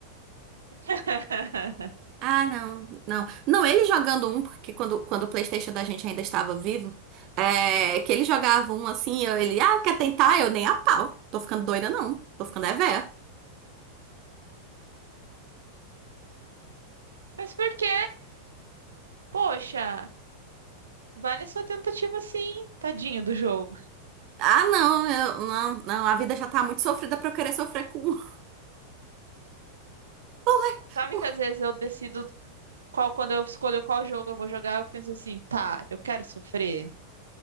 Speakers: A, on the right (about 70°); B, on the right (about 40°).
A: <laughs>
B: Ah, não, não. Não, ele jogando um, porque quando, quando o PlayStation da gente ainda estava vivo, é, que ele jogava um assim, eu, ele, ah, quer tentar? Eu nem a pau. Tô ficando doida, não. Tô ficando é véia.
A: Mas por quê? Poxa, vale a sua tentativa sim, tadinho do jogo.
B: Ah, não, eu- não, não, a vida já tá muito sofrida pra eu querer sofrer com. um. <laughs>
A: Sabe que às vezes eu decido qual, quando eu escolho qual jogo eu vou jogar, eu penso assim, tá, eu quero sofrer,